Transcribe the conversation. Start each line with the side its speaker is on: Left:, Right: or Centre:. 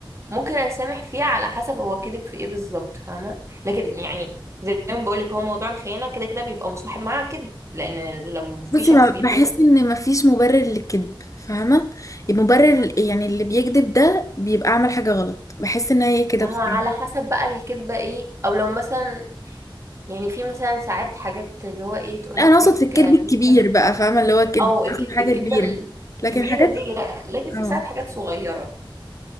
Right: ممكن اسامح فيه على حسب هو كذب في ايه بالظبط فاهمه لكن يعني زي ما بقول لك هو موضوع الخيانه كده كده بيبقى مصاحب معاها كده لان لو في
Left: بصي
Right: شخص
Left: ما-
Right: بيكون
Left: بحس
Right: مثلا
Left: ان مفيش مبرر للكذب فاهمة المبرر يعني اللي بيكذب ده بيبقى عمل حاجة غلط بحس ان هي كده
Right: ما
Left: بصراحة
Right: هو على حسب بقى الكذبه ايه او لو مثلا يعني في مثلا ساعات حاجات اللي هو ايه تقول
Left: لا انا
Right: لك
Left: اقصد في الكذب
Right: آه،
Left: الكبير
Right: مثلا
Left: بقى فاهمه اللي هو كذب
Right: او الك-
Left: حاجه حاجة
Right: الكذبه
Left: كبيره
Right: الكبيره
Left: لكن حاجات
Right: دي لا لكن في
Left: اه
Right: ساعات حاجات صغيره